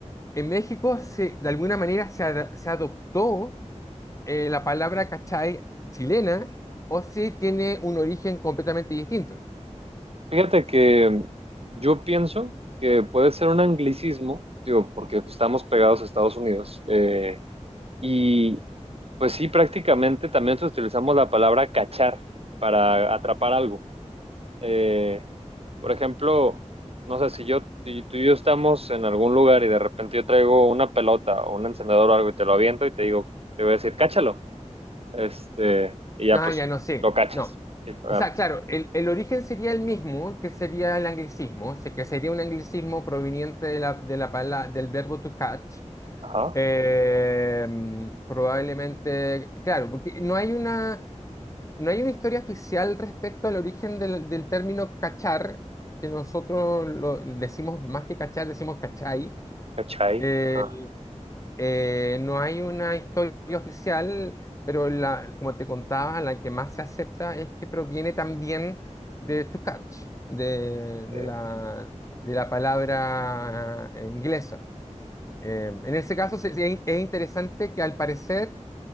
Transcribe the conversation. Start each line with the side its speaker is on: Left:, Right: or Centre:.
Left: en México, se, de alguna manera, se, ad- se adoptó eh, la palabra cachai chilena o si tiene un origen completamente distinto.
Right: fíjate que yo pienso que puede ser un anglicismo, digo, porque pues, estamos pegados a Estados Unidos. eh, y pues sí, prácticamente también utilizamos la palabra cachar para atrapar algo. Eh, Por ejemplo, no sé, si yo, si tú y yo estamos en algún lugar y de repente yo traigo una pelota o un encendedor o algo y te lo aviento y te digo, te voy a decir, cáchalo. Este, y ya
Left: Ah,
Right: pues
Left: ya no sé,
Right: lo cachas,
Left: no.
Right: sí, lo
Left: O
Right: agarras.
Left: sea, claro, el, el origen sería el mismo, que sería el anglicismo, o sea, que sería un anglicismo proveniente de la, de la pala- del verbo to catch.
Right: Ajá,
Left: Eh, probablemente, claro, porque no hay una... No hay una historia oficial respecto al origen del, del término cachar, que nosotros lo decimos más que cachar, decimos cachai.
Right: cachai,
Left: Eh,
Right: ajá.
Left: eh, no hay una historia oficial, pero la, como te contaba, la que más se acepta es que proviene también de to catch, de, de
Right: eh,
Left: la, de la palabra eh, inglesa. Eh, en ese caso se- se- es interesante que al parecer